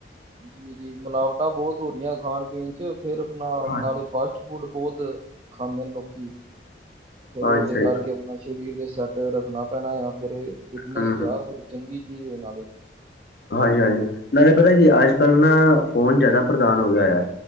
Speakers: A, on the right (about 30°); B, on the left (about 60°).
A: ਜੀ ਜੀ ਮਿਲਾਵਟਾਂ ਬਹੁਤ ਹੋ ਰਹੀਆਂ ਖਾਣ ਪੀਣ ਚ, ਫਿਰ ਆਪਣਾ
B: ਹਾਂਜੀ
A: ਨਾਲੇ ਫਾਸਟ ਫੂਡ ਬਹੁਤ। ਖਾਂਦੇ ਨੇ ਲੋਕੀ, ਫਿਰ
B: ਹਾਂਜੀ
A: ਉਹਦੇ
B: ਸਹੀ
A: ਕਰਕੇ ਆਪਣਾ ਸਰੀਰ ਦੇ ਸੈਟ। ਰੱਖਣਾ ਪੈਣਾ ਆ ਫਿਰ ਫਿਟਨੈਸ
B: ਹੂੰ।
A: ਹੀ ਆ ਫਿਰ ਚੰਗੀ ਚੀਜ਼ ਨਾਲੇ।
B: ਹਾਂਜੀ ਹਾਂਜੀ ਨਾਲੇ ਪਤਾ ਜੀ ਅੱਜ ਕੱਲ ਨਾ ਫ਼ੋਨ ਜ਼ਿਆਦਾ ਪ੍ਰਧਾਨ ਹੋ ਗਿਆ।